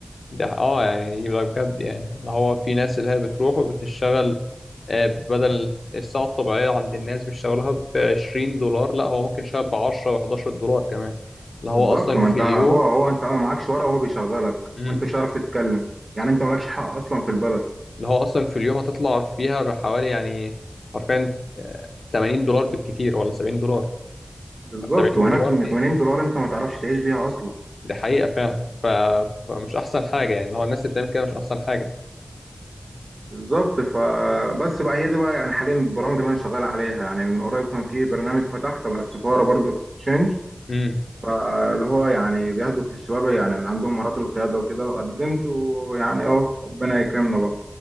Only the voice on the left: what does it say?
ده ح- اه يعني دي بقى بجد يعني اللي هو في ناس اللي هي بتروح وبتشتغل آه، بدل الساعة الطبيعية عند الناس بيشتغلها بعشرين دولار لا هو ممكن يشتغل بعشرة وحداشر دولار كمان اللي
هو أصلا
في
اليوم
مم.
اللي هو اصلا في اليوم هتطلع فيها بحوالي يعني حرفيا آه، 80 دولار بالكتير ولا 70 دولار
70
دولار
دي
دي حقيقة فعلا ف... فمش احسن حاجة يعني اللي هو الناس اللي بتعمل كده مش احسن حاجة
امم